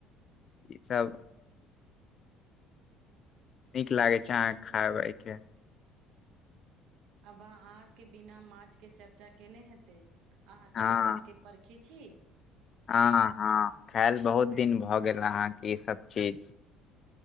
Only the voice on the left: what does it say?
ई सब नीक लागै छै अहाँके खायब के
हँ
हँ हँ खायल बहुत दिन भऽ गेल अहाँके ईसभ चीज